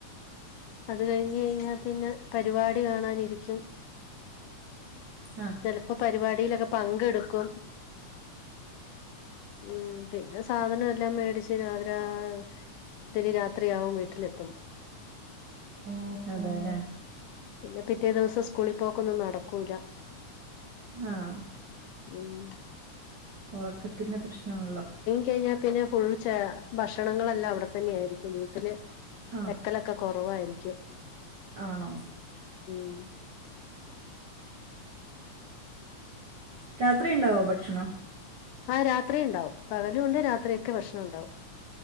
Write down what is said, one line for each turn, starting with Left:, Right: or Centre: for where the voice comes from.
Left: അത് കഴിഞ്ഞ് കഴിഞ്ഞാ പിന്നെ പരിപാടി കാണാനിരിക്കും.
Right: ആ
Left: ചെലപ്പം പരിപാടിയിലക്കെ പങ്കെടുക്കും- ഉം പിന്നെ സ് സാധനം എല്ലാം മേടിച്ച് പാതി രാ ഒത്തിരി രാത്രിയാവും വീട്ടിലെത്തുമ്പം-
Right: ഉം അതെല്ലെ-
Left: പിന്നെ പിറ്റേ ദിവസം സ്കൂളിൽ പോക്കൊന്നും നടക്കൂല്ല-
Right: ആഹ് -
Left: മ് -
Right: ഉറക്കത്തിന്റെ പ്രശ്നമാണല്ലോ?
Left: കഴിഞ്ഞാൽ പിന്നെ ഫുൾ ചെ ഭക്ഷണങ്ങളെല്ലാം അവിടെത്തന്നെ ആയിരിക്കും വീട്ടില്
Right: ആ
Left: വെക്കലൊക്കെ കുറവ കുറവായിരിക്കും.
Right: ആണോ?
Left: ഉം
Right: രാത്രിയ ഉണ്ടാവോ ഭക്ഷണം
Left: ആ രാത്രി ഉണ്ടാവും പകലുണ്ട് രാത്രിയ ഒക്കെ ഭക്ഷണം ഉണ്ടാവും